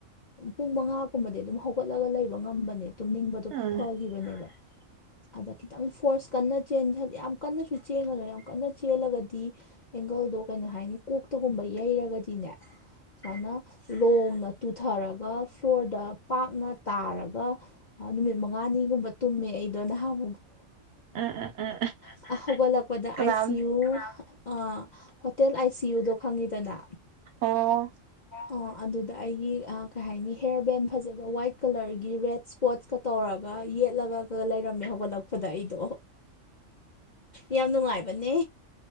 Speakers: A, on the left; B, on the right.
A: ꯄꯨꯡ ꯃꯉꯥꯒꯨꯝꯕꯗꯤ ꯑꯗꯨꯝ ꯍꯧꯒꯠꯂꯒ ꯂꯩꯕ ꯉꯝꯕꯅꯦ ꯇꯨꯝꯅꯤꯡꯕꯗꯣ
B: ꯎꯝ
A: ꯐꯈꯤꯕꯅꯦꯕ
B: <unintelligible>
A: ꯑꯗ ꯈꯤꯇꯪ ꯐꯣꯔꯁ ꯀꯟꯅ ꯌꯥꯝ ꯀꯟꯅꯁꯨ ꯆꯦꯟꯒꯅꯣꯏ ꯌꯥꯝ ꯀꯟꯅ ꯆꯦꯜꯂꯒꯗꯤ ꯑꯦꯡꯒꯜꯗꯣ ꯀꯩꯅꯣ ꯍꯥꯏꯅꯤ ꯀꯣꯛꯇꯒꯨꯝꯕ ꯌꯩꯔꯒꯗꯤꯅꯦ ꯁꯨꯃꯥꯏꯅ ꯂꯣꯡꯅ ꯇꯨꯊꯔꯒ
B: <inaudible>
A: ꯐ꯭ꯂꯣꯔꯗ ꯄꯥꯛꯅ ꯇꯥꯔꯒ ꯅꯨꯃꯤꯠ ꯃꯉꯥꯅꯤꯒꯨꯝꯕ ꯇꯨꯝꯃꯦ ꯑꯩꯗꯣ ꯅꯍꯥꯃꯨ
B: ꯎꯝ ꯎꯝ ꯎꯝ ꯎꯝ ꯎꯝ
A: <unintelligible> ꯍꯧꯒꯠꯂꯛꯄꯗ
B: ꯀꯅꯥꯝ
A: ꯑꯥꯏ ꯁꯤ U ah hotel I C ꯌꯨꯗꯣ ꯈꯪꯉꯤꯗꯅ
B: ꯑꯣ
A: ꯑꯣ ꯑꯗꯨꯗ ꯑꯩꯒꯤ ꯀꯩ ꯍꯥꯏꯅꯤ ꯍꯦꯔ ꯕꯦꯟ ꯐꯖꯕ ꯋꯥꯏꯠ ꯀꯂꯔꯒꯤ ꯔꯦꯗ ꯁ꯭ꯄꯣꯠꯀ ꯇꯧꯔꯒ ꯌꯦꯠꯂꯒ ꯂꯩꯔꯝꯃꯦ ꯍꯧꯒꯠꯂꯛꯄꯗ ꯑꯩꯗꯣ ꯌꯥꯝ ꯅꯨꯡꯉꯥꯏꯕ ꯕꯅꯦ